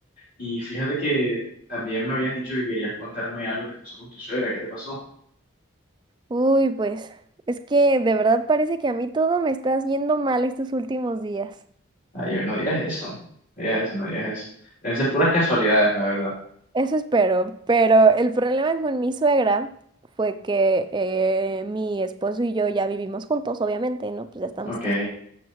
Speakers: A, on the left (about 40°); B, on the right (about 20°).
A: Y fíjate que también me habías dicho que querías contarme algo que te pasó con tu suegra. ¿Qué te pasó?
B: Uy, pues, es que de verdad parece que a mí todo me está yendo mal estos últimos días.
A: Ay, no digas eso. No digas eso, no digas eso. Deben ser puras casualidades, la verdad.
B: Eso espero, pero el problema con mi suegra fue que eh, mi esposo y yo ya vivimos juntos, obviamente, ¿no? Pues ya estamos
A: Ok,
B: casados.